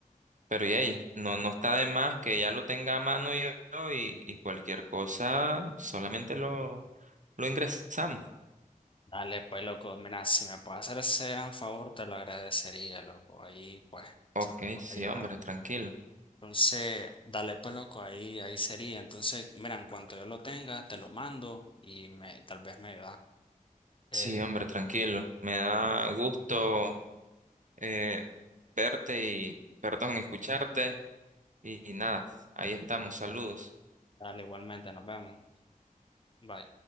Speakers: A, on the right (about 60°); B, on the left (about 35°).
A: pero y ahí, no, no está de más que ya lo tenga a mano yo, yo y, y cualquier cosa, solamente lo, lo ingresamos.
B: Dale, pues loco, mira, si me puedes hacer ese gran favor, te lo agradecería, loco. Ahí pues,
A: Ok,
B: si me puedes
A: sí,
B: ayudar.
A: hombre, tranquilo.
B: Entonces, dale pues loco, ahí, ahí sería. Entonces, mira, en cuanto yo lo tenga, te lo mando y me, tal vez me da.
A: Sí,
B: Eh,
A: hombre, tranquilo. Me da gusto eh, verte y, perdón, escucharte y y nada, ahí estamos, saludos.
B: dale igualmente, nos vemos. Bye.